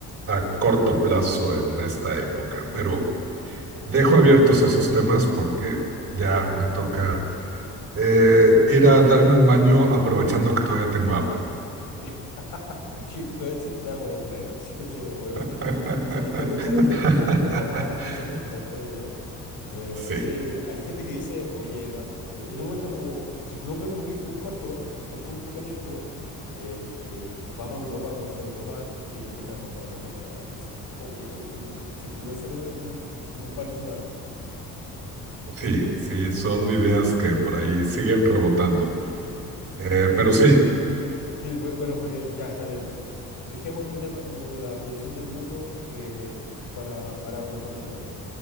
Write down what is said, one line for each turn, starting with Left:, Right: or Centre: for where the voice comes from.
Right: a corto plazo en esta época. Pero dejo abiertos esos temas porque ya me toca eh, ir a darme un baño aprovechando que todavía tengo agua.
Left: <laughs> Es que todavía existe agua en el planeta, <laughs> así que bueno
Right: <laughs>
Left: que o sea, hay que aprovechar de hacer muchas cosas mientras existan todavía. Eh,
Right: Sí,
Left: sí, hay gente que dice, oye, va, eh, en un momento como circuló un meme muy, muy corto, por muy poco tiempo, eh, eh, vamos a Europa, a conocer Europa antes que tire la bomba atómica a Rusia. <laughs> Como que uh, cu- circuló ese meme un- como un par de semanas.
Right: sí, sí, son ideas que por ahí siguen rebotando. Eh,
Left: Eh,
Right: pero sí,
Left: sí, bu- bueno, Jorge, ya está bien. Eh, Dejemos este tema como de la proyección del mundo eh, para, para una próxima vez.